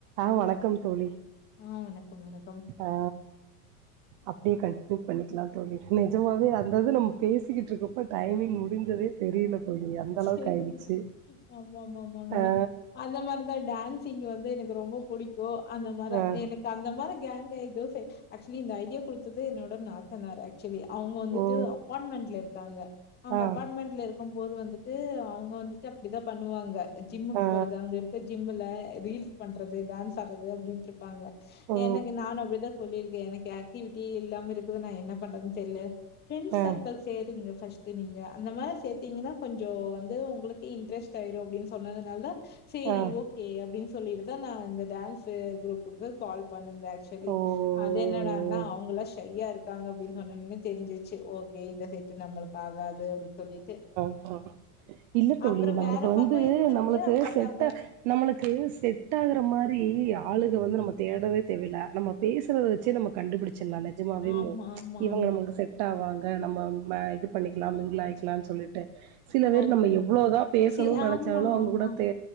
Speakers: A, on the right; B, on the left.
A: ஆ வணக்கம் தோழி
B: ஆ வணக்கம், வணக்கம்.
A: ஆ அப்டியே கண்டிணு பண்ணிக்லா தொழி நிஜமாவே அந்தது நம்ம பேசிக்கிட்டு இருக்கப்ப டைமிங் முடிஞ்சதே தெரியல தோழி அந்த அளவுக்கு
B: சேரி
A: ஆயிடுச்சு
B: ஆமா ஆமா ஆமாங்க
A: ஆ
B: அந்த மாரிதா டான்சிங் வந்து எனக் ரொம்ப புடிக்கு அந்த மாரி
A: ஆ
B: எனக்கு அந்த மாரி கேங்க எதோ ஆக்சுவலி இந்த ஐடியா குடுத்தது என்னோட நாத்தனார் சொல்லி அவங்க வந்துட்டு
A: ஓ
B: அப்பார்ட்மெண்ட்ல இருக்காங்க அவங்க
A: ஆ
B: அப்பார்ட்மெண்ட்ல இருக்கும் போது வந்துட் அவங்க வந்துட்டு அப்டிதா பண்ணுவாங்க ஜிம்முக்கு
A: ஆ
B: போறது அங்க இருக்க ஜிம்மு ல ரீல்ஸ் பண்றது டான்ஸ் ஆடுறது அப்டின்ட்டு இருப்பாங்க
A: ஓ
B: எனக்கு நானு அப்படிதா சொல்லிருக்கே எனக் ஆக்டிவிட்டி இல்லாம இருக்குது நா என்ன பண்றதுன் தெரில பிரண்ட்ஸ்
A: ஆ
B: சர்கிள் சேருங்க ஃபஸ்ட்டு நீங்க அந்த மாரி சேத்தீங்கன்னா கொஞ்சோ வந்து உங்களுக்கு இன்ட்ரெஸ்ட் ஆயிறு அப்டின்னு சொன்னதுனால சரி
A: ஆ
B: ஓகே அப்டின்னு சொல்லிட்டுதா நா இந்த டான்ஸ் குரூப்புக்கு கால் பண்ணிந்து ஆக்சுவலி
A: ஓ
B: அத என்னடானா அவங்கலா ஷய்யா இருக்காங்க அப்டின்னு சொல் ன்னு தெரிஞ்சிச்சு ஓகே இந்த செட்டு நம்மளுக்கு ஆகாது அப்டின் சொல்லிட்டு
A: அ இல்ல தோழி
B: அப்புறம்
A: நம்மளுக்கு
B: வேற
A: வந்து
B: பக்கம் இருக்குது.
A: நம்மளுக்கு
B: பட்
A: செட்ட
B: அங்க
A: நம்மளுக்கு செட் ஆகுற மாரி ஆளுக வந்து நம்ம தேடவே தேவல நம்ம பேசுறத வச்சே நம்ம கண்டுபிடிச் சலா நஜமாவேமு
B: ஆமா, ஆமா,
A: இவங்க
B: ஆமா.
A: நமக்கு செட் ஆவாங்க நம்ம இது பண்ணிக்கலா மிங் மிங்லாயக்கலானு சொல்லிட்டு சில பேர்
B: ஓகே.
A: நம்ம எவ்ளோதா பேசணுனு
B: சி
A: நெனச்சாலு
B: ஆமா,
A: அவங்க
B: ஆமா,
A: கூட தே